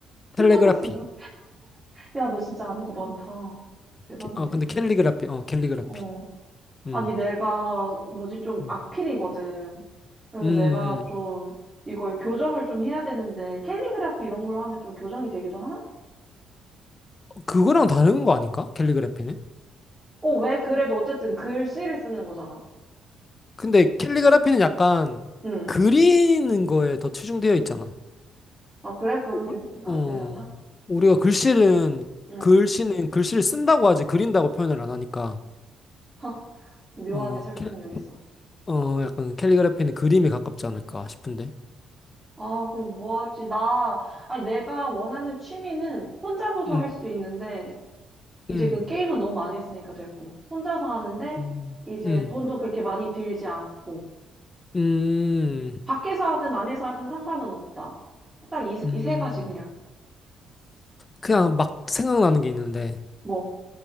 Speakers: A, on the left; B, on the right.
A: 텔레그라피.
B: 이쁘게 쓰는 거? 야, 너 진짜 아는 거 많다. 대박인데?
A: 캐- 어, 근데 캘리그라피, 어, 캘리그라피.
B: 어.
A: 음,
B: 아니, 내가 뭐지? 좀
A: 음,
B: 악필이거든. 그래서
A: 음. 음.
B: 내가 좀 이걸 교정을 좀 해야 되는데 캘리그라피 이런 걸로 하면 좀 교정이 되기도 하나?
A: 그거랑 다른 거 아닌가? 캘리그라피는?
B: 어, 왜? 그래도 어쨌든 글씨를 쓰는 거잖아.
A: 근데 캘리그라피는 약간
B: 응.
A: 그리는 거에 더 치중되어 있잖아.
B: 아, 그래? 그러면
A: 우-
B: 안
A: 어,
B: 되려나?
A: 우리가 글씨는,
B: 응.
A: 글씨는 글씨를 쓴다고 하지 그린다고 표현을 안 하니까,
B: 하, 묘하게
A: 어,
B: 설득력
A: 캘,
B: 있어.
A: 어, 약간 캘리그래피는 그림에 가깝지 않을까 싶은데.
B: 아, 그럼 뭐 하지? 나, 아니, 내가 원하는 취미는 혼자서도
A: 음,
B: 할 수 있는데, 이제
A: 음,
B: 그 게임은 너무 많이 했으니까 됐고, 혼자서 하는데,
A: 음,
B: 이제
A: 음,
B: 돈도 그렇게 많이 들지 않고,
A: 음,
B: 밖에서 하든 안에서 하든 상관은 없다. 딱 이,
A: 음.
B: 이 세 가지 그냥.
A: 그냥 막 생각나는 게 있는데,
B: 뭐.